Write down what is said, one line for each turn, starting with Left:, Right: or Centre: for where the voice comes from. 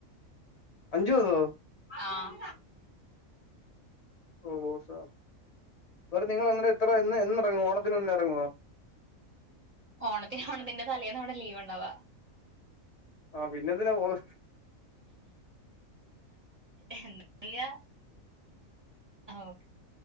Left: അഞ്ചു ദിവസോ
Right: അഹ്
Left: ഓഹ് വോസാ അവ നിങ്ങള് അന്നേരം എത്ര എന്ന് എന്ന് എറങ്ങും ഓണത്തിന് മുന്നേ എറങ്ങുവോ
Right: ഓണത്തിന് ഓണത്തിന്റെ തലേന്ന ഇവിടെ ലീവ് ഉണ്ടാവാ
Left: ആഹ് പിന്നെന്തിനാ പോര്
Right: എന്താ യാ ഓക്കേ